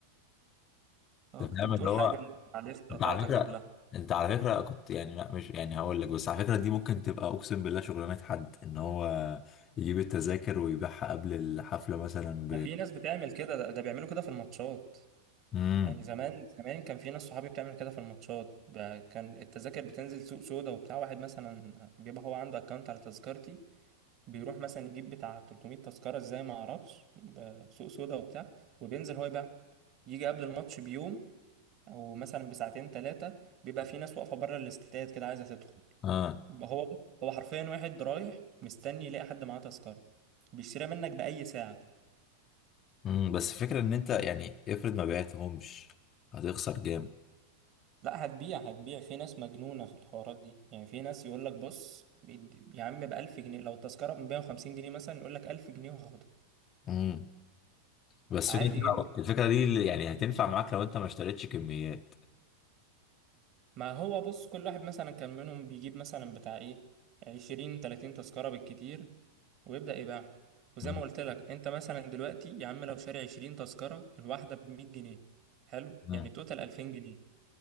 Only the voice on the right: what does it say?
اه
كنت
بتقول
حاجة انت معلش قطعتك
قبلها
ما في ناس بتعمل كده ده, ده بيعملوا كده في الماتشات
يعني زمان زمان كان في ناس صحابي بتعمل كده في الماتشات ب- كان التذاكر بتنزل سوق سودا وبتاع واحد مثلا بيبقى هو عنده اكونت على تذكرتي بيروح مثلا يجيب بتاع 300 تذكرة ازاي ما اعرفش ب- سوق سودا وبتاع وبينزل هو يبيع يجي قبل الماتش بيوم او مثلا بساعتين ثلاثه بيبقى في ناس واقفه بره الاستاد كده عايزه تدخل
هو هو حرفيا واحد رايح مستني يلاقي حد معاه تذكره بيشتريها منك باي ساعه
لا هتبيع هتبيع في ناس مجنونه في الحوارات دي يعني في ناس يقول لك بص يا عم ب 1000 جنيه لو التذكره ب 150 جنيه مثلا يقول لك 1000 جنيه وهاخدها
عادي
جدا
ما هو بص كل واحد مثلا كان منهم بيجيب مثلا بتاع ايه عشرين تلاتين تذكرة بالكتير ويبدأ يبيعهم وزي
ما قلت لك انت مثلا دلوقتي يا عم لو شاري عشرين تذكرة الواحدة بمية جنيه حلو
يعني توتال ألفين جنيه